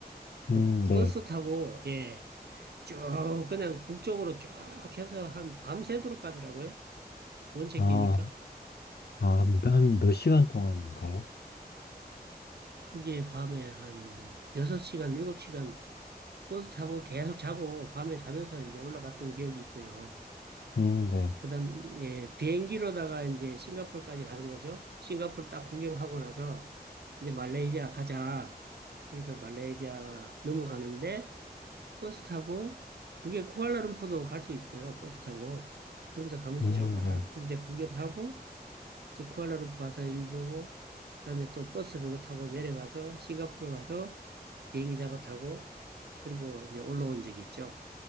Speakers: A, on the right; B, on the left.
A: 그
B: 음, 네.
A: 버스 타고 예, 쭉 그냥 북쪽으로 쭉 해서 한 밤새도록 가더라고요. 원체
B: 아,
A: 기니까.
B: 아, 한 몇 시간 동안인가요?
A: 그게 밤에 한 6시간, 7시간 버스 타고 계속 자고 밤에 자면서 이제 올라갔던 기억이 있어요.
B: 음, 네.
A: 그다음 예 비행기로다가 이제 싱가포르까지 가는 거죠. 싱가포르 딱 구경하고 나서 이제 말레이시아 가자. 그래서 말레이시아 넘어가는데 버스 타고 그게 쿠알라룸푸르도 갈 수 있어요. 버스 타고 그러면서 가면서
B: 음,
A: 쭉
B: 네.
A: 이제 구경하고 또 쿠알라룸푸르 가서 일 보고 그다음에 또 버스 그거 타고 내려가서 싱가포르 가서 비행기 잡아 타고 그리고 이제 올라온 적이 있죠.